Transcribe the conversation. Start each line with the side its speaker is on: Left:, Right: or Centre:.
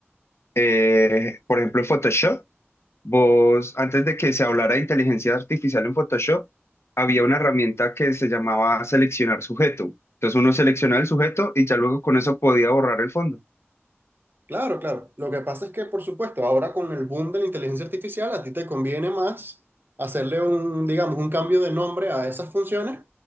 Left: eh, por ejemplo, en Photoshop, vos, antes de que se hablara de inteligencia artificial en Photoshop, había una herramienta que se llamaba seleccionar sujeto. Entonces uno seleccionaba el sujeto y ya luego con eso podía borrar el fondo.
Right: Claro, claro. Lo que pasa es que, por supuesto, ahora con el boom de la inteligencia artificial, a ti te conviene más hacerle un, digamos, un cambio de nombre a esas funciones